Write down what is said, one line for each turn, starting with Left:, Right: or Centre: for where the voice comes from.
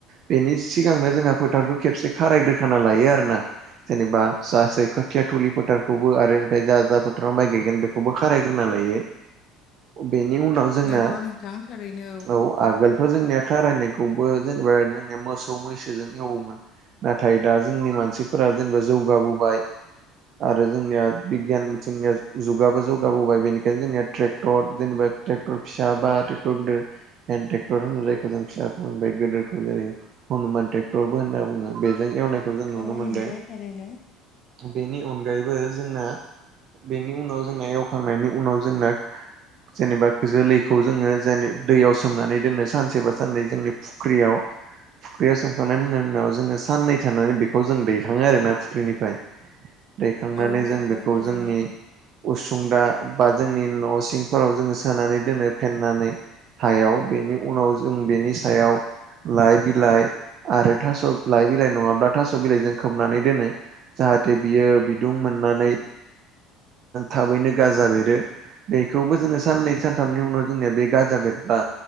Right: बेनि सिगांनो। जोंहा फोथारखौ खेबसे खारायग्रोखाना लायो आरोना। जेनेबा सासे खोथिया थुलि फोथारखौबो आरो ओमफ्राय जा जा फोथाराव माइ गायगोन बे खौबो खारायग्रोना लायो बेनि उनाव जोंना
Left: नंगौ नोंथां थारैनो
Right: औ आगोलथ' जोंनि खारायनायखौबो जेनेबा जोंनिया मोसौ मैसोजों। मावोमोन नाथाय दा जोंनि मानसिफोरा जेनेबा जौगाबोबाय। आरो जोंनिया बिगियान जोंनिया जुगाबो जौगाबोबाय बेनिखायनो जोंनिया ट्रेक्टर जेनेबा। ट्रेक्टर फिसा बा ट्रेक्टर गोदोर। हन्द ट्रेक्टर होनो जायखौ जों फिसाखौ गोद जेरै हनुमानट्रे क्टरबो होनना बुङो बेजों एवनायखौ जों नुनो
Left: औ
Right: मोनदों।
Left: नंगौ थारैनो
Right: बेनि अनगायैबो जोंना। बेनि उनाव जोंना एवखांनायनि उनाव जोंना। जेनेबा जोलैखौ जोङो जेन दैयाव सोमनानै दोनो सानसेबा साननै जोंनि। फुख्रियाव फुख्रिया सो <unintelligible> उनाव जोङो साननै थानानै बेखौ जों दैखाङो आरो ना फुख्रिनिफ्राय। दैखांनानै
Left: औ नंगौ
Right: जों बेखौ
Left: थारैनो
Right: जोंनि। उसुंदा बा जोंनि न' सिंफोराव जोङो सोनानै दोनो फेनानै। हायाव बेनि उनाव जों बेनि सायाव लाइ बिलाइ। आरो थास' लाइ बिलाइ नङाब्ला थास' बिलाइजों खोबनानै दोनो। जाहाथे बियो बिदुं मोननानै थाबैनो गाजा बेरो। बेखौबो जोङो साननै सानथामनि उनाव जोंनिया बे गाजा बेेदब्ला।